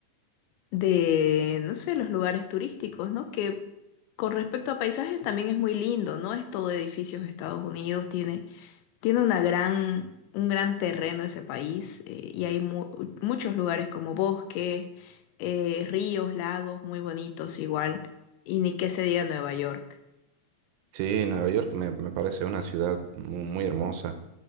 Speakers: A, on the left (about 80°); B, on the right (about 80°).
A: de, no sé, los lugares turísticos, ¿no? Que con respecto a paisajes también es muy lindo, ¿no? Es todo edificios de Estados Unidos, tiene, tiene una gran, un gran terreno ese país eh, y hay mu- muchos lugares como bosques, eh, ríos, lagos muy bonitos igual, y ni qué se diga Nueva York.
B: Sí, Nueva York me, me parece una ciudad mu- muy hermosa.